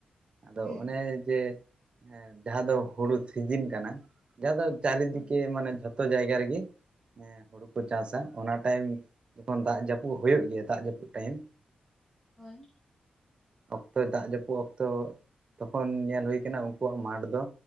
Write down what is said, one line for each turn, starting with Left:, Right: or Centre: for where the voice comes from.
Right: ᱟᱫᱚ
Centre: ᱦᱩᱸ
Right: ᱚᱱᱮ ᱡᱮ ᱦᱮᱸ ᱡᱟᱦᱟᱸ ᱫᱚ ᱦᱩᱲᱩ ᱥᱤᱡᱤᱱ ᱠᱟᱱᱟ ᱡᱟᱦᱟᱸ ᱫᱚ ᱪᱟᱨᱤᱫᱤᱠᱮ
Centre: ᱦᱳᱭ
Right: ᱢᱟᱱᱮ ᱡᱚᱛ ᱛᱚ ᱡᱟᱭᱜᱟ ᱨᱮᱜᱤ ᱦᱮ ᱦᱳᱲᱳ ᱠᱚ ᱪᱟᱥᱟ ᱚᱱᱟ ᱴᱟᱭᱤᱢ ᱡᱚᱠᱷᱚᱱ ᱫᱟᱜ ᱡᱟᱹᱯᱩᱫ ᱦᱳᱭᱳᱜ ᱜᱮᱭᱟ ᱫᱟᱜ ᱡᱟᱹᱯᱩᱫ ᱴᱟᱭᱤᱢ,
Centre: ᱦᱳᱭ ᱾
Right: ᱚᱠᱛᱚ ᱫᱟᱜ ᱡᱟᱹᱯᱩᱫ ᱚᱠᱛᱚ ᱛᱚᱠᱷᱚᱱ ᱧᱮᱞ ᱦᱩᱭ ᱠᱟᱱᱟ ᱩᱱᱠᱩᱣᱟᱜ ᱢᱟᱴᱷ ᱫᱚ